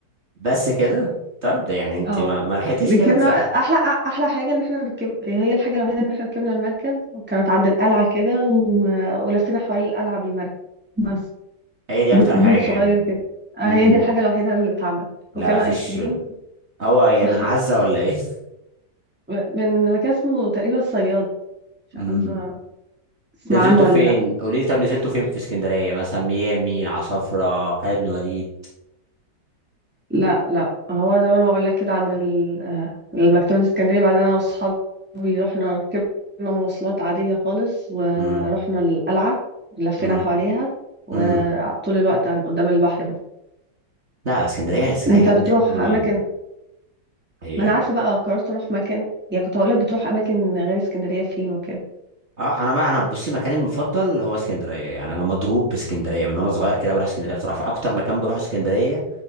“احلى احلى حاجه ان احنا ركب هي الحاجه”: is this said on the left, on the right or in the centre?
Centre